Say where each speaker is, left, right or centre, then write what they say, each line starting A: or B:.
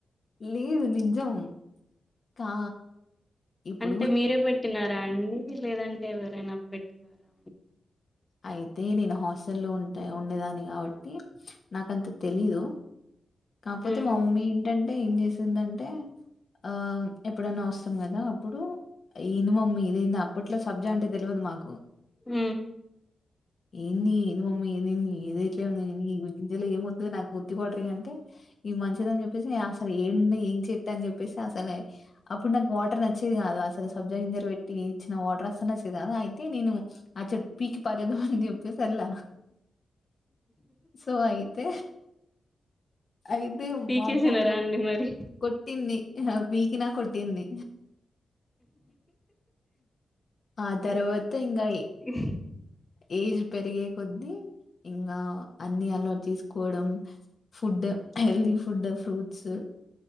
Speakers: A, on the left (about 55°); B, on the left (about 15°).
A: లేదు నిజం ఆ ఇప్పుడు
B: అంటే మీరే పెట్టినారా అండి? లేదంటే ఎవరైనా పెట్టినారా
A: అయితే నేను హాస్టల్లో ఉంటా ఉండేదాన్ని కాబట్టి నాకంత తెలీదు కాకపోతే
B: హ్మ్.
A: మా మమ్మీ ఏంటంటే ఏం చేసిందంటే ఆ ఎప్పుడైన్నా వస్తాం కదా అప్పుడు లేదు మమ్మీ అప్పట్లో సబ్జా అంటే తెలియదు మాకు
B: హ
A: ఏంది ఏంది మమ్మీ ఏంటి ఏమవుతు నాకు ఒత్తి వాటర్ ఇఈ అంటే ఇవి మంచిద అని చెప్పేసి అసలు ఏండ ఏం చెట్ట అని చెప్పేసి అసలే అప్పుడు నాకు వాటర్ నచ్చిది కాదు అసలు సబ్జా గింజలు పెట్టి ఇచ్చిన వాటర్ నచ్చేది కాదు అయితే నేను ఆ చెట్టు పీకి పారేద్దాం అనుకున్న అంద ఉప్పస్ల సో అయితే అయితే
B: పీకేసినారా
A: మా అమ్మ
B: అండి మరి?
A: కొట్టింది వీకిిన కొట్టింది ఆ తర్వాత ఇంకాఈ
B: ఉ
A: ఏజ్ పెరిగే కొద్దీ ఇంకా అన్ని అలవాటు తీసుకోవడం ఫుడ్ హెల్దీ ఫుడ్ ఫ్రూట్స్